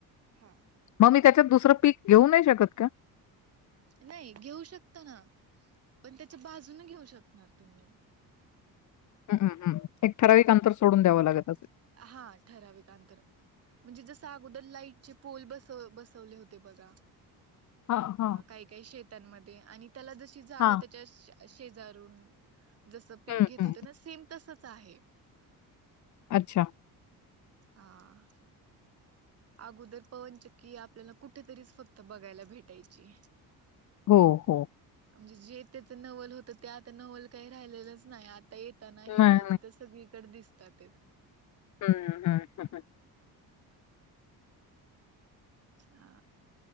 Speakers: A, on the right (about 40°); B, on the left (about 50°).
A: हां.
B: मग मी त्याच्यात दुसरं पीक घेऊ नाही शकत का?
A: नाई घेऊ शकत ना. पण त्याच्या बाजून घेऊ शकणार तुम्ही.
B: हम्म हम्म हम्म एक ठराविक अंतर सोडून द्यावं लागल.
A: हा ठराविक आंतर. म्हणजे जस अगोदर लाईट चे पोल बस बसवले होते बघा.
B: हां, हां,
A: काही काही शेत तांमधे आणि त्याला जशी जागा
B: हां.
A: त्याच्या शे शेजारून जस पीक
B: हं,
A: घेत
B: हं.
A: होते ना सेम तसच आहे.
B: अच्छा.
A: हा. अगोदर पवनचक्की आपल्याला कुठेतरीच फक्त बघायला भेटायची.
B: हो हो.
A: म्हणजे जे त्याच नवल होतं ते आता नवल काही राहिलेलंच नाही. आता ए ताणा हिथ
B: नाही,
A: तिथं सगळीकड दिसतात येत.
B: हम्म हम्म हम् हम.
A: हा